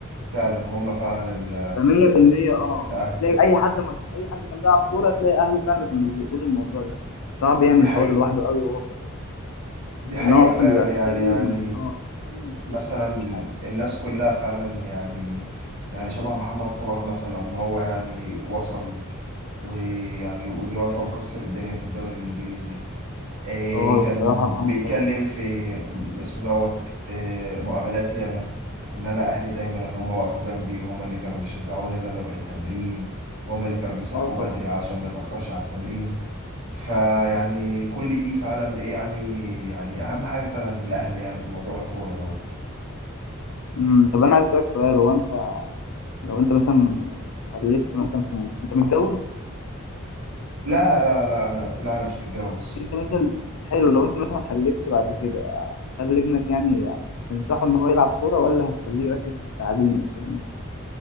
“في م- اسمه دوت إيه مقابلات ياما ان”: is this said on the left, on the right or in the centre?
Right